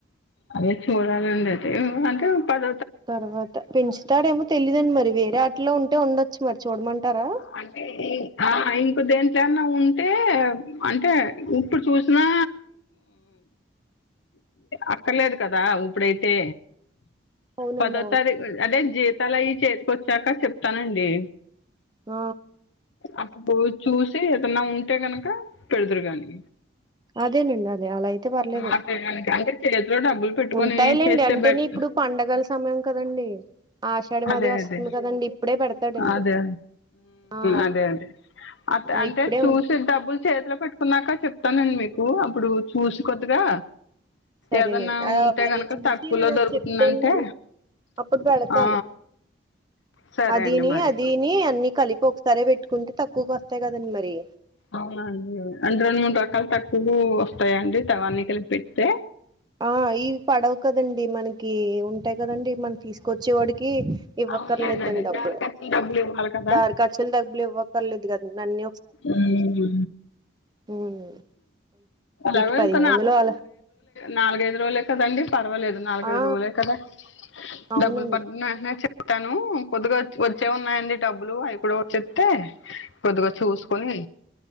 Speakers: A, on the left; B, on the right.
A: అదే చూడాలండి అయితే అంటే పద
B: తర్వాత పెంచుతాడేమో తెలీయదండి మరి, వేరే ఆటిలో ఉంటే ఉండొచ్చు మరి చూడమంటారా.
A: అంటే ఆ ఇంక దేంట్నన్నా ఉంటే అంటే ఇప్పుడు చూసినా అక్కర్లేదు కదా ఉప్పుడైతే.
B: అవునండి
A: పదో
B: అవును
A: తారీఖు అదే జీతాలు అయి చేతికి వచ్చాక చెప్తానండి.
B: ఆ
A: అప్పుడు చూసి ఏదన్నా ఉంటే గనుక పెడుదురుగానీ.
B: అదేనండి అదే అలా అయితే పర్లేదండి,
A: అదే గనక అంటే చేతిలో డబ్బులు పెట్టుకొని
B: ఉంటాయిలేండి
A: చేస్తే
B: అంటేనే
A: బెట్
B: ఇప్పుడు పండగలు సమయం కదండీ, ఆషాఢ
A: అదే
B: మది వస్తుంది
A: అదే
B: కదండి ఇప్పుడే పెడతాడండి.
A: అదే
B: ఆ
A: అదే అదే అ
B: ఆ
A: అంటే
B: ఇప్పుడే
A: చూసి
B: ఉంది
A: డబ్బులు చేతిలో పెట్టుకున్నాక చెప్తానండి మీకు అప్పుడు చూశి కొద్దిగా
B: సరేనండి
A: ఏదన్నా
B: ఆ
A: ఉంటే
B: అది
A: గనుక
B: చూసి
A: తక్కువలో
B: మీరు నాకు
A: దొరుకుతుందంటే
B: చెప్తే అండి అప్పుడు పెడతాను
A: ఆ సరే
B: అదీని
A: అండి మరి
B: అదీని అన్ని కలిపి ఒ సరే పెట్టుకుంటే తక్కువకు వత్తాయి కదండి మరి.
A: అవునండి అంటే రెండు మూడు రకాలు తక్కువూస్తాయండి తవాన్నికలు పెడ్తే
B: ఆ ఈవ్ పడవు కదండి మనకి ఉంటాయి కదండి మనం తీసుకొచ్చేవాడికి ఇవ్వక్కర్లేదండ్
A: అవునండి అదే
B: డబ్బు
A: దారి ఖర్చులు డబ్బులు ఇవ్వాలి కదా
B: దారి ఖర్చుల్ డబ్బులి వ్వక్కర్లేదు గదండి అన్ని
A: ఊహు
B: ఉమ్
A: రవైంక
B: ఇటు పదిహేను వందలు అలా
A: నాలుగైదు రోజులే కదండి పర్వాలేదు నాలుగైదు
B: ఆ
A: రోజూలే కదా
B: అవునండి
A: డబ్బులు పడ్నాఎంట్నె చె తను కొద్దిగా వచ్చే ఉన్నాయండి డబ్బులు అవి కూడా వచ్చే తే కొద్దిగా చూస్కొని